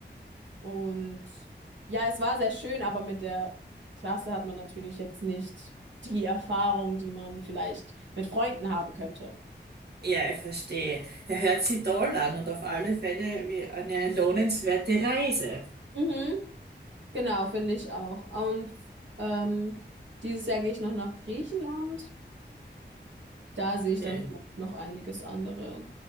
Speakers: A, on the right; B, on the right.
A: Und ja, es war sehr schön, aber mit der Klasse hat man natürlich jetzt nicht die Erfahrung, die man vielleicht mit Freunden haben könnte.
B: ja, ich verstehe. Er hört sie toll an und auf alle Fälle wie eine lohnenswerte Reise.
A: Mhm, genau, finde ich auch. Und ähm, dieses Jahr gehe ich noch nach Griechenland. Da sehe ich
B: Ja,
A: dann noch einiges andere.